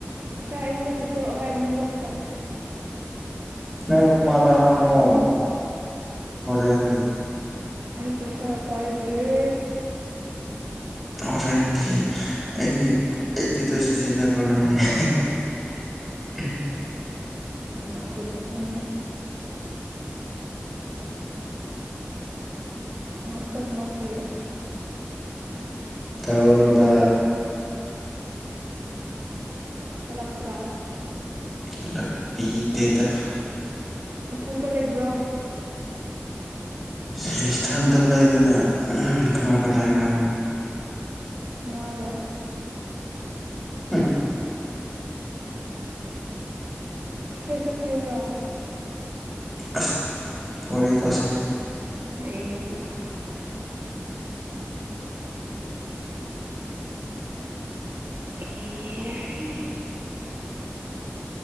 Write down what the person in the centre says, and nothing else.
ꯅꯣꯏ ꯃꯥꯃꯥꯗ
ꯍꯪꯉꯣ
ꯍꯣꯔꯦꯟꯒꯤ
ꯍꯣꯔꯦꯟꯒꯤ ꯑꯩꯒꯤ ꯑꯩꯒꯤꯗ ꯁꯤꯖꯤꯟꯅꯔꯨꯅꯦ ꯍꯦ ꯍꯦ
ꯇꯧꯅꯨꯗꯥ
ꯀꯂꯛꯄꯤꯗꯦꯗ
ꯁꯤ ꯏꯇꯟꯇ ꯂꯩꯗꯅ ꯎꯃ ꯀꯅꯥꯒꯥ ꯂꯩꯌꯣ ꯍꯥꯏꯅꯣ
ꯍꯨꯝ
ꯑꯁ ꯑꯣꯏꯔꯤ ꯇꯁ